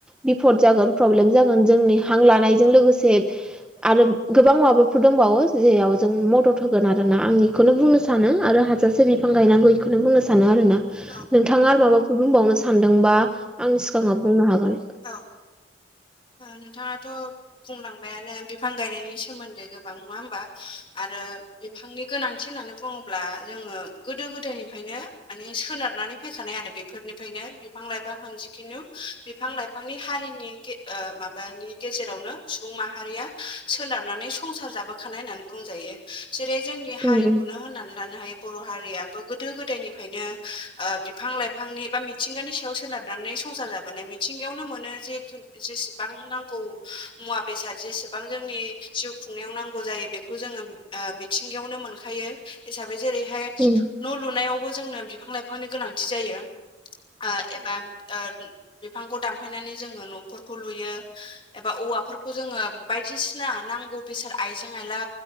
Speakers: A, in the centre; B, on the left (about 30°).
A: बिफद जागोन फ्रब्लेम जागोन जोंनि हां लानायजों लोगोसे आरो गोबां माबाफोर दंबावो जेयाव जों मदद होगोन आरो ना आं बेखौनो बुंनो सानो आरो हाजासे बिफां गायनांगौ बेखौनो बुंनो सानो आरोना
B: औ
A: नोंथाङा आरो माबाफोर बुंबावनो सानदोंबा आंनि सिगाङाव बुंनो हागोन
B: औ ओ नोंथाङाथ' बुंलां बायानो बिफां गायनायनि सोमोन्दै गोबां नङा होमबा आरो बिफांनि गोनांथि होननानै बुङोब्ला जोङो गोदो गोदायनिफ्रायनो माने सोनारनानै फैखानाय आरो बे फोरनिफ्रायनो बिफां लाइफां मोन जिखिनु बिफां लाइ लायफांनि हारिनि ओ माबानि गेजेरावनो सुबुं माहारिया सोनारनानै संसार जाबो खानाय होननानै बुंजायो जेरै जोंनि हारिखौनो
A: उम
B: होननानै लानो हायो बर' हारियाबो गोदो गोदायनिफ्रायनो ओ‌ बिफां लाइफांनि बा मिथिंगानि सायाव सोनारनानै संसार जाबो बोनाय मिथिं गायावनो मोनो जिहेथु जेसेबां नांगौ मुवा बेसाद जेसेबां जोंनि जिउ खुंनायाव नांगौ जायो बेखौ जोङो ओ मिथिंगायावनो मोनखायो हिसाबै जेरैहाय
A: उम
B: न' लुनायावबो जोंनो बिफां लाइफांनि गोनांथि जायो। ओ एबा ओ बिफांखौ दानफायनानै जोङो न'फोरखौ लुयो एबा औवाफोरखौ जोङो बायदिसिना नांगौ बेसाद आइजें आइला